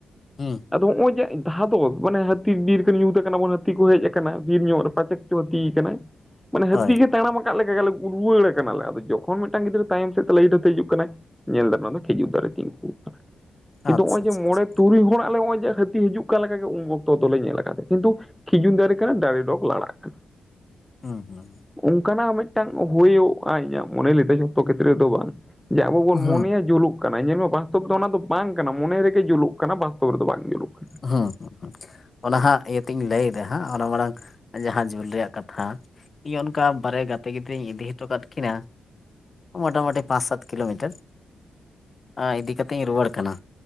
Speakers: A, on the left; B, in the centre.
A: ᱦᱩᱸ᱾
B: ᱟᱫᱚ ᱦᱚᱸᱜᱼᱚᱭ ᱡᱮ ᱫᱷᱟᱫᱚᱥ ᱢᱟᱱᱮ ᱦᱟᱹᱛᱤ ᱵᱤᱨ ᱛᱮ ᱧᱩᱛ ᱠᱟᱱᱟ ᱵᱚᱱ ᱦᱟᱹᱛᱤ ᱠᱚ ᱦᱮᱡ ᱟᱠᱟᱱᱟ ᱵᱤᱨ ᱧᱚᱜ ᱨᱮ ᱯᱟᱪᱮᱫ ᱠᱚ ᱦᱟᱹᱛᱤ ᱠᱟᱱᱟᱭ᱾ ᱢᱟᱱᱮ ᱦᱟᱹᱛᱤ
A: ᱦᱳᱭ
B: ᱜᱮ ᱛᱟᱲᱟᱢ ᱟᱠᱟᱫ ᱞᱮᱠᱟ ᱟᱞᱮ ᱨᱩᱣᱟᱹᱲ ᱠᱟᱱᱟ ᱞᱮ ᱟᱫᱚ ᱡᱚᱠᱷᱚᱱ ᱢᱤᱫᱴᱟᱝ ᱜᱤᱫᱽᱨᱟᱹ ᱛᱟᱭᱚᱢ ᱥᱮᱫ ᱛᱮ ᱞᱟᱭᱤᱴ ᱟᱛᱮ ᱦᱤᱡᱩᱜ ᱠᱟᱱᱟᱭ ᱧᱮᱞ ᱫᱟᱞᱮ ᱚᱱᱟ ᱫᱚ ᱠᱷᱤᱡᱩᱨ ᱫᱟᱨᱮ ᱛᱤᱸᱜᱩᱣ ᱠᱟᱱᱟ
A: ᱟᱪᱪᱷᱟ
B: ᱠᱤᱱᱛᱩ ᱚᱜ-ᱚᱭ
A: ᱟᱪᱪᱷᱟ
B: ᱡᱮ ᱢᱚᱬᱮ
A: ᱟᱪᱪᱷᱟ
B: ᱛᱩᱨᱩᱭ ᱦᱚᱲᱟᱜ ᱞᱮ ᱱᱚᱜ-ᱚᱭ ᱡᱮ ᱦᱟᱹᱛᱤ ᱦᱤᱡᱩᱜ ᱠᱟᱱ ᱞᱮᱠᱟᱜ ᱜᱮ ᱩᱱ ᱵᱚᱠᱛᱚ ᱫᱚᱞᱮ ᱧᱮᱞ ᱟᱠᱟᱫ ᱠᱤᱱᱛᱩ ᱠᱷᱤᱡᱩᱨ ᱫᱟᱨᱮ ᱠᱟᱱᱟ ᱫᱟᱨᱮ ᱰᱚᱜᱽ ᱞᱟᱲᱟᱜ ᱠᱟᱱᱟ᱾
A: ᱦᱩᱸ ᱦᱩᱸ
B: ᱚᱝᱠᱟ ᱱᱟᱜ ᱢᱮᱜᱴᱟᱝ ᱦᱳᱭᱳᱜ-ᱟ ᱤᱧᱟᱹᱜ ᱢᱚᱱᱮ ᱞᱤᱫᱟᱭ ᱡᱷᱚᱛᱚ ᱠᱷᱮᱛᱨᱮ ᱫᱚ ᱵᱟᱝ, ᱡᱮ ᱟᱵᱚ ᱵᱚᱱ
A: ᱦᱩᱸ
B: ᱢᱚᱱᱮᱭᱟ ᱡᱩᱞᱩᱜ ᱠᱟᱱᱟ ᱧᱮᱞ ᱢᱮ ᱵᱟᱥᱛᱚᱵ ᱫᱚ ᱚᱱᱟ ᱫᱚ ᱵᱟᱝ ᱠᱟᱱᱟ ᱢᱚᱱᱮ ᱨᱮᱜᱮ ᱡᱩᱞᱩᱜ ᱠᱟᱱᱟ ᱵᱟᱥᱛᱚᱵ ᱨᱮᱫᱚ ᱵᱟᱝ ᱡᱩᱞᱩᱜ ᱠᱟᱱᱟ
A: ᱦᱚᱸ ᱦᱚᱸ ᱦᱚᱸ ᱚᱱᱟ ᱦᱟᱸᱜ ᱤᱭᱟᱹᱛᱤᱧ ᱞᱟᱹᱭ ᱫᱟ ᱦᱟᱸᱜ ᱚᱱᱟ ᱢᱟᱲᱟᱝ ᱡᱟᱦᱟᱸ ᱡᱩᱞ ᱨᱮᱭᱟᱜ ᱠᱟᱛᱷᱟ ᱤᱧ ᱚᱱᱠᱟ ᱵᱟᱨᱭᱟ ᱜᱟᱛᱮ ᱜᱤᱫᱽᱨᱟᱹᱧ ᱤᱫᱤ ᱦᱚᱴᱚ ᱠᱟᱫ ᱠᱤᱱᱟ ᱢᱳᱴᱟᱢᱳᱴᱤ ᱯᱟᱸᱪ ᱥᱟᱛ ᱠᱤᱞᱳᱢᱤᱴᱟᱨ ᱟ ᱤᱫᱤ ᱠᱟᱛᱮ ᱤᱧ ᱨᱩᱣᱟᱹᱲ ᱠᱟᱱᱟ